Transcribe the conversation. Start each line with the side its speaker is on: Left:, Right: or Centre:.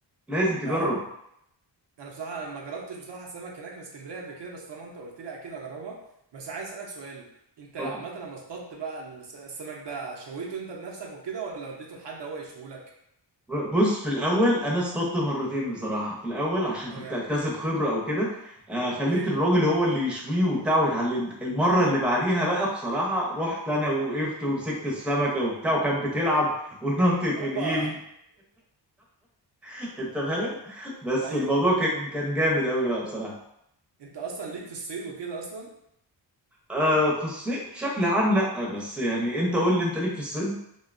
Centre: لازم
Right: ب-
Centre: تجرب
Right: انا بصراحه ما جربتش بصراحه سمك هناك من اسكندريه قبل كده بس طالما انت قلت لي اكيد اجربها بس عايز اسالك سؤال انت
Centre: اتفضل
Right: عامه لما اصطدت بقى الس- السمك ده شويته انت بنفسك وكده ولا وديته لحد هو يشوهولك
Centre: بص في الاول انا اصطدت مرتين بصراحه في الاول عشان
Right: تمام
Centre: كنت اكتسب خبره او كده آه خليت
Right: اوكي
Centre: الراجل هو اللي يشويه وبتاع واتعلمت المره اللي بعديها بقى بصراحه رحت انا وقفت ومسكت السمكه وبتاع وكانت بتلعب <laughs> ونطت
Right: اوبا
Centre: من ايدي <laughs> انت فاهم بس
Right: <laughs> ايوه
Centre: الموضوع كان كان جامد قوي بقى بصراحه
Right: انت اصلا ليك في الصيد وكده اصلا
Centre: آه في الصيد بشكل عام لا بس يعني انت قول لي انت ليك في الصيد